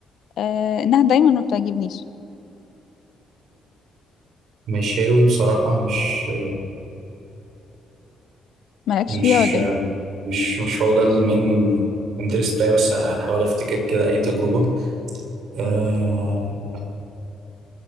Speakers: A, on the left; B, on the right.
A: آه انها دايما ما بتعجبنيش
B: مشاوي بصراحة مش
A: مالكش
B: مش
A: فيها ولا ايه
B: مش مش هو ده المين انترست بتاعي بس هحاول أفتكر كده أي تجربة آه،